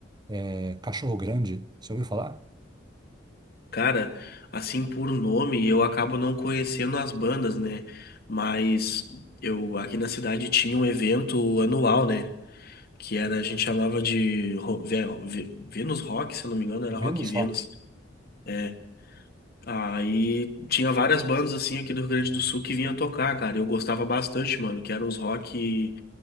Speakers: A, on the right (about 20°); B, on the left (about 55°).
A: é Cachorro Grande. Você ouviu falar?
B: Cara, assim por nome, eu acabo não conhecendo as bandas, né? Mas eu aqui na cidade tinha um evento anual, né? Que era, a gente chamava de Ro- Ve- Ve- Venus Rock, se eu não me engano, era
A: Vênus
B: Rock Venus.
A: Rock.
B: É, Aí tinha várias bandas assim aqui do Rio Grande do Sul que vinha tocar, cara. Eu gostava bastante, mano, que eram os rock,